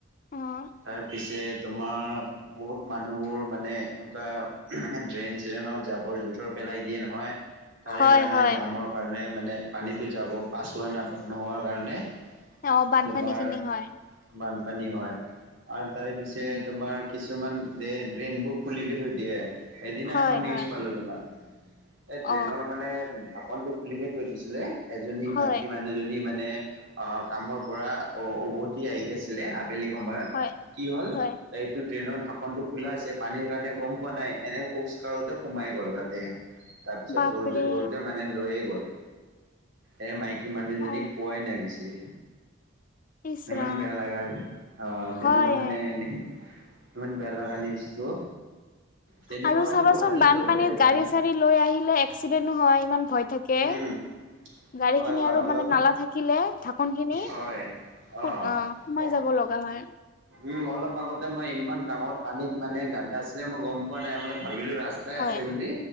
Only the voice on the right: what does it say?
তাৰপিছে তোমাৰ বহুত মানুহবোৰ মানে এনেকুৱা ড্ৰেইন চ্ৰেইনত জাবৰ জোথৰ পেলাই দিয়ে নহয়। তাৰে
কাৰণে,
জামৰ কাৰণে মানে পানীটো যাব পাছ হোৱা ন-নোহোৱাৰ কাৰণে
তোমাৰ
বানপানী হয় আৰু তাৰে পিছে
তোমাৰ কিছুমান ড্ৰে ড্ৰেইনবুক খুলিকে থৈ দিয়ে। সেইদিনা
এখন নিউজ
পালোঁ তোমাৰ, এই ড্ৰেইনৰ
মানে ঢাকনটো খুলিকে থৈ দিছিলে, এজনী
মাইকী মান নুহজনী মানে আ, কামৰপৰা অ' উভতি আহি আছিলে বেলি সময়ত,
কি হ'ল
এইটো ড্ৰেইনৰ ঢাকনটো খোলা আছে, পানীৰ কাৰণে গ'ম পোৱা নাই, এনে খোজকাঢ়োতে সোমাই গ'ল তাতে। তাৰপিছত
ধৰোতে ধৰোতে মানে লৈয়ে গ'ল। এ, মাইকী মানুহজনীক
পোৱাই নাই বিচাৰি।
ইমান বেয়া লাগা, অ' তেনেকুৱা
মানে নে ইমান বেয়া লগা নিউজটো। তেনেকুৱা
মানে
গুৱাহাটীত
হৈ থাকে জানানে
উম।
হয়
হয়
অলপ
হয়
অ
অ
উম, অলপ আগতে মই ইমান ডাঙৰ পানীত মানে গাড্ডা আছিলে মই গ'ম পোৱা নাই, মই ভাবিলো ৰাস্তা টাই
আছে বুলি